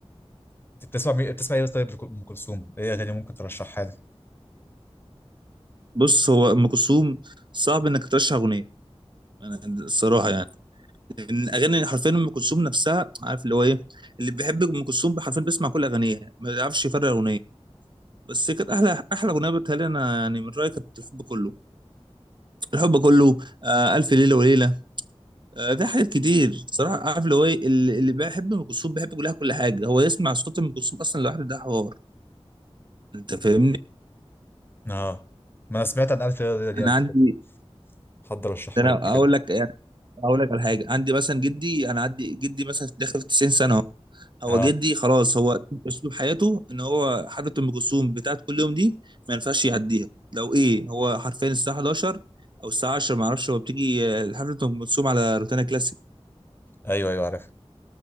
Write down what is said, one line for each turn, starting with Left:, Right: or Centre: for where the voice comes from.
Left: انت بتسمع مي... بتسمع ايه طيب لك- ام كلثوم ايه اغاني ممكن ترشحها لي
Right: بص هو ام كلثوم صعب انك ترشح اغنيه انا الصراحه يعني ان اغاني حرفيا ام كلثوم نفسها عارف اللي هو ايه اللي بيحب ام كلثوم حرفيا بيسمع كل اغانيها ما بيعرفش يفرق اغنيه بس هي كانت احلى احلى اغنيه بتهيألي انا يعني من رايي كانت الحب كله الحب كله آه الف ليله وليله آه في حاجات كتير صراحه عارف اللي هو ايه اللي اللي بيحب ام كلثوم بيحب كلها كل حاجه هو يسمع صوت ام كلثوم اصلا لوحده ده حوار انت فاهمني
Left: اه ما انا سمعت عن الف ليله وليله دي
Right: انا
Left: قبل
Right: عندي
Left: كده حد رشحها
Right: ده انا
Left: لي قبل كده
Right: اقول لك يعني اقول لك على حاجه عندي مثلا جدي انا عندي جدي مثلا داخل في 90 سنه أهو. هو
Left: اه
Right: جدي خلاص هو اسلوب حياته ان هو حفله ام كلثوم بتاعت كل يوم دي ما ينفعش يعديها لو ايه هو حرفيا الساعه 11 او الساعه 10 ما اعرفش هو بتيجي آه، حفله ام كلثوم على روتانا كلاسيك
Left: ايوه ايوه عارف